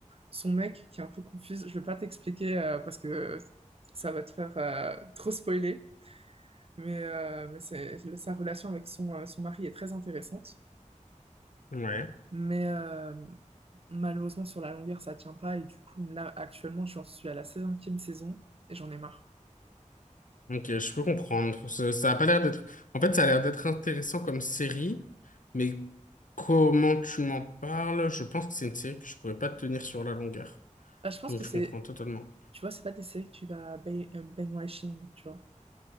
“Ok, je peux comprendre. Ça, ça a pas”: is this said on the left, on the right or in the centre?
Left